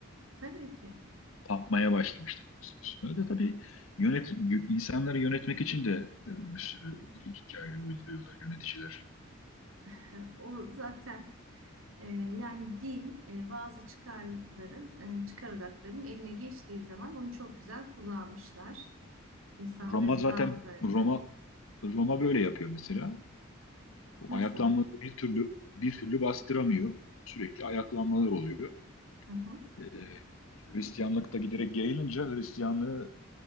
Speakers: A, on the right; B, on the left.
A: Tabii ki.
B: tapmaya başlamışlar. bir süre sonra. da tabii yönet insanları yönetmek için de e, bir sürü hikaye uyduruyorlar yöneticiler.
A: <laughs> O zaten e, yani din e, bazı çıkarların, e, çıkar odaklarının eline geçtiği zaman onu çok güzel kullanmışlar. İnsanların
B: Roma zaten
A: zaaflarını.
B: Roma Roma böyle yapıyor mesela. O
A: Nasıl?
B: ayaklanmaları bir türlü bir türlü bastıramıyor. Sürekli ayaklanmalar oluyor.
A: Hı hı.
B: E, Hristiyanlık da giderek yayılınca Hristiyanlığı